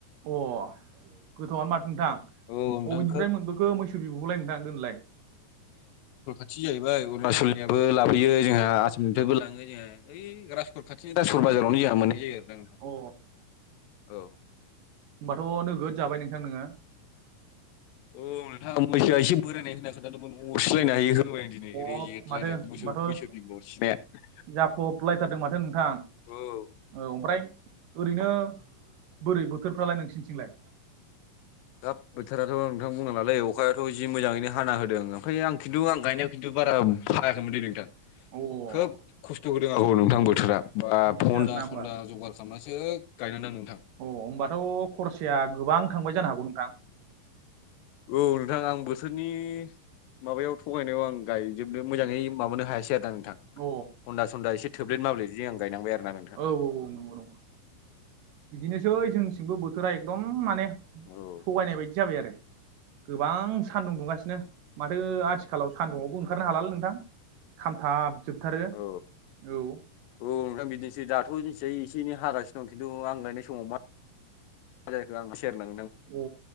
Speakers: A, on the right; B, on the left.
A: अ गोथौआनो माथो नोंथां
B: औ नोंथां
A: बबेनिफ्राय
B: खोब
A: मोनबोखो मैसो बिबौखौलाय नों थां नोंलाय
B: थि जाहैबाय अरुणाचलनियाबो लाबोयो जोंहा आसाम निफ्रायबो लाङो जोंहा ओइ राजासकर खाथिनि राजासकर बाजारावनो जोंहा मोननाय जायो आरो ना नथ
A: अ
B: औ
A: होमबाथ' नोगोद जाबाय नोंथां नोङो
B: औ नोंथाङा मैसोआ एसे बोरायनाय होनना खोादोंमोन अरस्लायनाय आयो होबाय आं दिनै रओरै
A: अ
B: जेथलायनाय
A: माथो होनबाथ'
B: मोस बैसोरनि गरसिनाया
A: जाफबलायथारदों माथो नोंथां
B: औ
A: औ ओमफ्राय ओरैनो बोरै बोथोरफ्रालाय नोंसिनिथिंलाय
B: दाब बोथोराथ' नोंथां बुंनाङालै अखायाथ' जि मोजाङैनो हाना होदों ओमफ्राय आं खिन्थु आं गनायाव खिन्थु बारा फाखैमोन दे नोंथां
A: अ
B: खोब खस्थ' होदों आंर नोंथां बोथोरा बा
A: बिदिसो
B: हन्दा
A: आरोना होमबा
B: सन्दा जगार खालाम मासो गायनानै दां नोंथां
A: अ होमबाथ' खरसाया गोबां थांबाय जानो हागौ नोंथां
B: औ नोंथां आं बोथोरनि माबायाव थगायनायाव आं गायजोबनो मोजाङै माबो हायासै आरोना नोंथां
A: अ औ
B: हन्दा सनन्द एसे थोब्लेब माबे जिं गनांबाय आरो ना नों
A: औ औ औ नंगौं बिदिनोसै जोंथिंबो बोथोरा एकदम माने
B: औ
A: थगायनाय बायदि जाबाय आरो गोबां सानदुं दुंगासिनो माथो आ आथिखालाव सान्दुुंआवबो ओंखारनो हलालै नोंथां खामथाब जोब थारो
B: औ
A: औ
B: औ नोंथां बिदिनोसै दाथ' मिथिसयै एसे एनै हागासिनो दं खिन्थु आं लायनाय समाव मा जाख आं सेरनां
A: अ